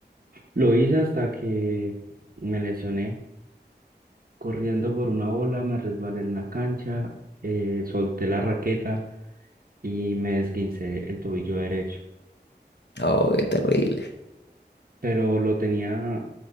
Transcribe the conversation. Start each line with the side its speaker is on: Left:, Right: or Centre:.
Right: Lo hice hasta que me lesioné corriendo por una bola, me resbalé en la cancha, eh, solté la raqueta y me esguincé el tobillo derecho.
Left: Oh, qué terrible.
Right: Pero lo tenía